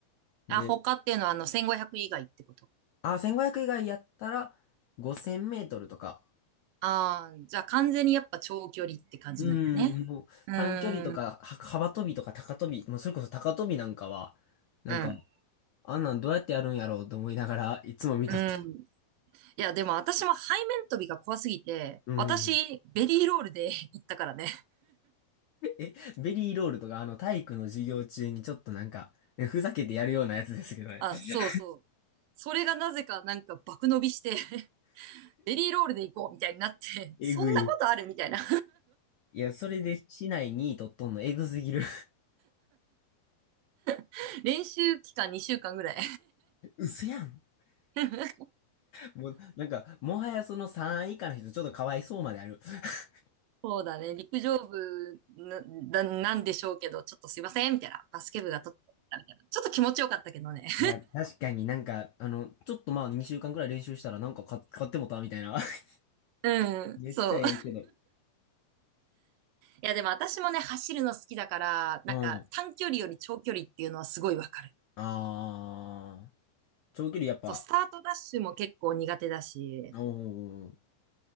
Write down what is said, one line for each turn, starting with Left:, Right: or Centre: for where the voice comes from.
Right: あ、
Left: で、
Right: 他っていうのは、あの、1500以外ってこと
Left: あ、1500以外やったら、5000メートルとか、
Right: ああー、じゃあ、完全にやっぱ長距離って感じなんやね。
Left: うん、もう短距離とか、
Right: うーん、
Left: は幅跳びとか高跳び、もうそれこそ高跳びなんかは、なんか、
Right: うん、
Left: あんなんどうやってやるんやろうと思いながら <laughs> いつも見とった。
Right: うん。いや、でも私も背面跳びが怖すぎて、
Left: うん。
Right: 私、ベリーロールで <laughs> 行ったからね。
Left: え、ベリーロールとか、あの体育の授業中にちょっとなんか、えふざけてやるようなやつですけどね。
Right: あ、
Left: <laughs>
Right: そうそう。それがなぜかなんか爆伸びして <laughs> ベリーロールで行こうみたいになって、
Left: えぐい。
Right: そんなことあるみたいな
Left: いや、それで市内に位取っとんのえぐすぎる。
Right: <laughs> 練習期間2週間ぐらい
Left: <laughs> 嘘やん。
Right: <laughs>
Left: もう、なんか、もはやその3位以下の人ちょっとかわいそうまである。<laughs>
Right: そうだね。陸上部な、な、なんでしょうけど、ちょっとすいません、みたいな。バスケ部が取ったみたいな。ちょっと気持ちよかったけどね。<laughs>
Left: いや、確かになんか、あの、ちょっとまあ2週間くらい練習したらなんか買買ってもたみたいな。<laughs>
Right: うん、
Left: めっちゃええけど。
Right: そう。いや、でも私もね、走るの好きだから、なんか短距離より長距離っていうのはすごいわかる。
Left: うん。ああ、長距離やっぱ、
Right: そう、スタートダッシュも結構苦手だし、
Left: うん。